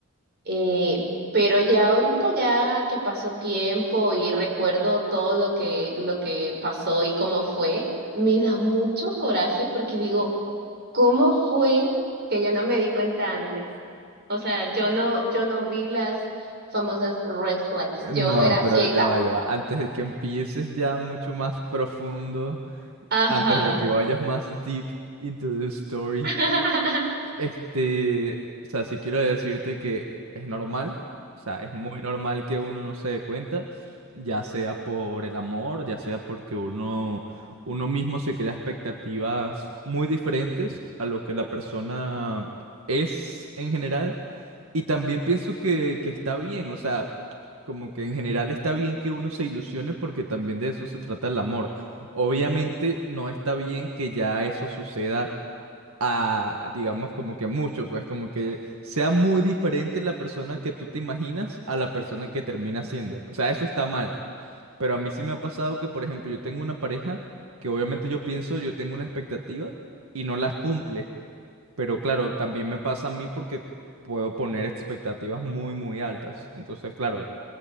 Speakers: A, on the right; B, on the right.
A: Eh, pero ya ahorita ya que pasó tiempo y recuerdo todo lo que, lo que pasó y cómo fue, me da mucho coraje porque digo, ¿cómo fue que yo no me di cuenta antes? O sea, yo no, yo no vi las famosas red flags,
B: Eh,
A: yo
B: No,
A: era
B: pero
A: ciega.
B: ya va, ya va. Antes de que empieces ya mucho más profundo,
A: Ajá.
B: antes de que vayas más deep into the story,
A: <laughs>
B: Este, o sea, si quiero decirte que es normal, o sea, es muy normal que uno no se dé cuenta, ya sea por el amor, ya sea porque uno, uno mismo se crea expectativas muy diferentes a lo que la persona es en general. Y también pienso que, que está bien, o sea, como que en general está bien que uno se ilusione porque también de eso se trata el amor. Obviamente no está bien que ya eso suceda a, digamos, como que mucho, pues como que sea muy diferente la persona que tú te imaginas a la persona que termina siendo. O sea, eso está mal, pero a mí sí me ha pasado que, por ejemplo, yo tengo una pareja que obviamente yo pienso, yo tengo una expectativa y no las cumple, pero claro, también me pasa a mí porque puedo poner expectativas muy, muy altas. Entonces, claro,